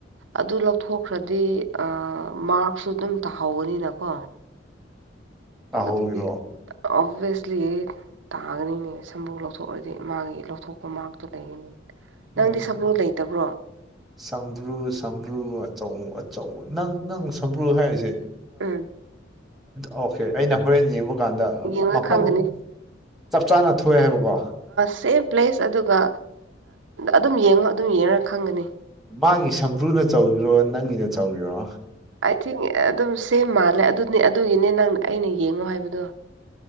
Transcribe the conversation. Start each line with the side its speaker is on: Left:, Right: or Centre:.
Right: ꯑꯗꯨ ꯂꯧꯊꯣꯛꯈ꯭ꯔꯗꯤ ꯃꯥꯛꯔꯁꯁꯨ ꯑꯗꯨꯝ ꯇꯥꯍꯧꯧꯕꯅꯤꯅꯀꯣ
Centre: ꯇꯥꯍꯧꯒꯤꯔꯣ
Right: ꯑꯗꯨꯒꯤ ꯑꯣꯚꯁꯂꯤ ꯇꯥꯒꯅꯤꯅꯦ ꯁꯝꯕꯨꯨ ꯂꯧꯊꯣꯛꯂꯗꯤ ꯃꯥꯒꯤ ꯂꯧꯊꯣꯛ ꯊꯣꯛꯄ ꯃꯥꯔꯛꯇꯣ ꯂꯩꯒꯅꯤ ꯅꯪꯗꯤ
Centre: ꯑꯣꯀꯦ
Right: ꯁꯕ꯭ꯔꯣ ꯂꯩꯇꯕ꯭ꯔꯣ
Centre: ꯁꯝꯕ꯭ꯔꯨ ꯁꯝꯕ꯭ꯔꯨ ꯑꯆꯧ ꯑꯆꯧ ꯅꯪ ꯅꯪ ꯁꯝꯕ꯭ꯔꯨ ꯍꯥꯏꯔꯤꯁꯦ
Right: ꯎꯝ
Centre: ꯑꯣꯀꯦ ꯑꯩꯅ ꯍꯣꯔꯦꯟ ꯌꯦꯡꯕ ꯀꯥꯟꯗ
Right: ꯌꯦꯡꯉ
Centre: ꯃꯐꯝ
Right: ꯈꯪꯒꯅꯤ
Centre: ꯆꯞ ꯆꯥꯅ ꯊꯣꯛꯑꯦ ꯍꯥꯏꯕꯀꯣ
Right: ꯁꯦꯝ ꯄ꯭ꯂꯦꯁ ꯑꯗꯨꯒ ꯑꯗꯨꯝ ꯌꯦꯡꯉꯣ ꯑꯗꯨꯝ ꯌꯦꯡꯉ ꯈꯪꯒꯅꯤ
Centre: ꯃꯥꯒꯤ ꯁꯝꯕ꯭ꯔꯨꯅ ꯆꯥꯎꯧꯔꯣ ꯅꯪꯒꯤꯅ ꯇꯧꯒꯤꯔꯣ
Right: ꯑꯥꯏ ꯊꯤꯡ ꯑꯗꯨꯝ ꯁꯦꯝ ꯃꯥꯜꯂꯦ ꯑꯗꯨꯅꯦ ꯑꯗꯨꯒꯤꯅꯦ ꯅꯪ ꯑꯩꯅ ꯌꯦꯡꯉꯣ ꯍꯥꯏꯕꯗꯣ